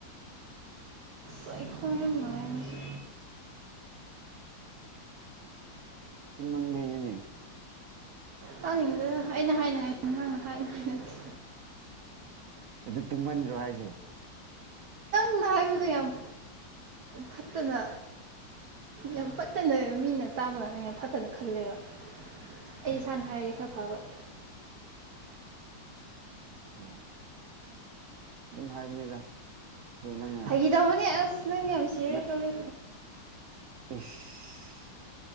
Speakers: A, on the right; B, on the right.
A: ꯆꯈ ꯌꯥꯝ ꯌꯥꯝ ꯥꯏ ꯉꯁꯨ
B: ꯎ ꯃꯅꯦ
A: ꯇꯥꯅꯤꯡꯉꯤꯗꯗꯅ ꯑꯩꯅ ꯍꯥꯏꯅꯉꯥꯏ ꯅꯍꯥꯡꯅ ꯍꯥꯏꯉꯥꯏ ꯅꯠꯇꯦ
B: ꯑꯗꯨ ꯇꯨꯝꯃꯟꯗ꯭ꯔꯣ ꯍꯥꯏꯁꯦ
A: ꯐꯅ ꯍꯥꯏꯕꯗ ꯌꯥꯝ ꯐꯠꯇꯅ ꯌꯥꯝ ꯐꯠꯇꯅ ꯃꯤꯅ ꯇꯥꯕ ꯀꯥꯟꯅ ꯌꯥꯝ ꯐꯠꯇꯅ ꯈꯜꯂꯦꯕ ꯑꯩ ꯏꯁꯥꯅ ꯍꯥꯏꯔꯗꯤꯦ ꯈꯔ ꯐꯔꯣꯏ
B: ꯑꯣ ꯑꯗꯨꯝ ꯍꯥꯏꯕꯅꯤꯗ ꯑꯗꯨ ꯅꯪꯅ
A: ꯐꯈꯤꯗꯕꯅꯦ ꯑꯁ ꯅꯪꯒꯤ ꯌꯥꯝ ꯁꯤꯔ
B: ꯅꯪ
A: ꯀꯧꯋ
B: ꯏꯁ